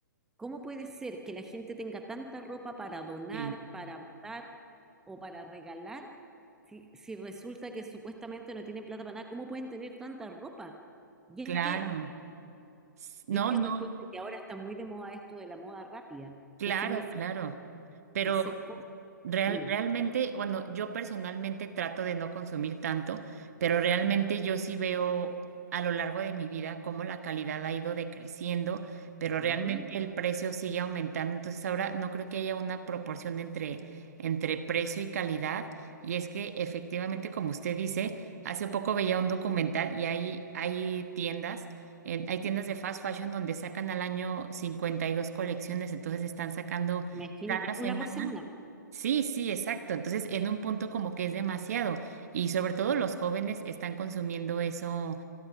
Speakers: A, in the centre; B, on the right (about 50°).
A: ¿cómo puede ser que la gente tenga tanta ropa para donar,
B: Sí,
A: para botar o para regalar? Si, si resulta que supuestamente no tienen plata para nada, ¿cómo pueden tener tanta ropa? Y
B: claro.
A: es que
B: No,
A: y es que
B: no,
A: resulta que ahora está muy de moda esto de la moda rápida,
B: claro,
A: que significa
B: claro. Pero
A: hacer cosas.
B: Real-
A: Dime,
B: realmente, bueno, yo personalmente trato de no consumir tanto, pero realmente yo sí veo a lo largo de mi vida cómo la calidad ha ido decreciendo, pero
A: Mm.
B: realmente el precio sigue aumentando. Entonces ahora no creo que haya una proporción entre, entre precio y calidad. Y es que efectivamente, como usted dice, hace poco veía un documental y hay, hay tiendas, en- hay tiendas de fast fashion donde sacan al año 52 colecciones, entonces están sacando...
A: imagínate,
B: Cada
A: una
B: semana
A: por semana.
B: Sí, sí, exacto. Entonces, en un punto como que es demasiado y sobre todo los jóvenes están consumiendo eso